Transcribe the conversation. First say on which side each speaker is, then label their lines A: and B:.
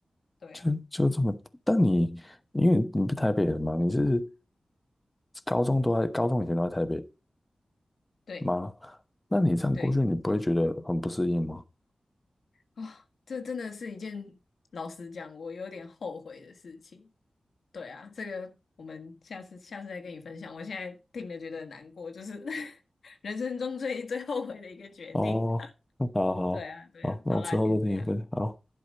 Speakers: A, on the left; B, on the left.
A: 对啊，
B: 就就这么，但你因为你不是台北人嘛，你是高中都在高中以前都在台北
A: 对
B: 吗？那你这样过去，
A: 对。
B: 你不会觉得很不适应吗？
A: 啊，这真的是一件老实讲，我有点后悔的事情。对啊，这个我们下次下次再跟你分享。我现在听了觉得很难过，就是 <laughs> 人生中最最后悔的一个决定。
B: 哦，
A: <laughs>
B: 好好好，
A: 对啊，对啊，
B: 那我之后再听你分享。
A: 好啦，先这样。
B: 好